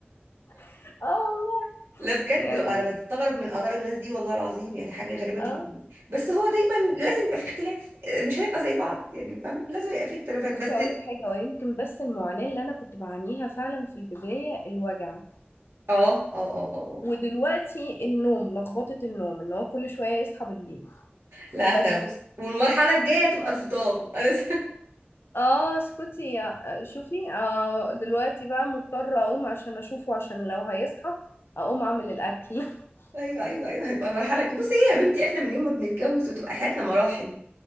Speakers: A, on the left; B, on the right.
A: <laughs> اه والله
B: <laughs> لا بجد
A: يعني
B: انا بستغرب من آراء الناس دي والله العظيم يعني حاجة غريبة
A: اه
B: جدا بس هو دايما لازم يبقى في اختلاف مش هنبقى زي بعض يعني فاهمة لازم يبقى في اختلافات
A: بصي
B: بس
A: اقول لك حاجه ويمكن بس المعاناه اللي انا كنت بعانيها فعلا في البدايه الوجع
B: اه اه اه اه آه.
A: ودلوقتي النوم لخبطه النوم ان هو كل شويه يصحى بالليل
B: لا
A: بس
B: احنا بص والمرحلة الجاية تبقى الفطام انا <laughs>
A: اه اسكتي يا شوفي آه دلوقتي بقى مضطره اقوم عشان اشوفه عشان لو هيصحى اقوم اعمل الاكل <laughs>
B: ايوه ايوه ايوه هيبقى مرحله ك- بصي هي يا بنتي احنا من يوم ما بنتجوز وتبقى حياتنا مراحل